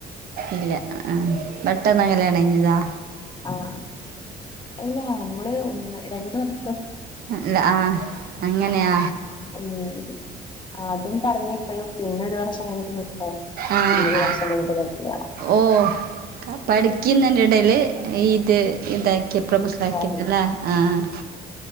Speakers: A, on the right (about 65°); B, on the left (about 25°).
A: ഇല്ല ആഹ് പെട്ടെന്ന് കല്യാണയ്ഞ്ഞതാ
B: ആഹ് എല്ലാ നമ്മള് ഒന്ന് രണ്ട് വർഷം
A: അല്ല ആഹ് അങ്ങനെയാ
B: ഉം ആദ്യം പറഞ്ഞിട്ട്. പിന്നൊരു വർഷം കഴിഞ്ഞിട്ട് നിക്കാഹ്
A: ആഹ്
B: പിന്നെ ഒരു വർഷം
A: ആഹ്
B: കഴിഞ്ഞിട്ട് കല്യാണം
A: ഓഹ് പഠിക്കുന്നെന്റെടേല് ഇത് ഇതാക്കിയ പ്രഫസ്‌ലാക്കിക്ക്ല്ലേ.
B: നിക്കാഹ്
A: ആഹ്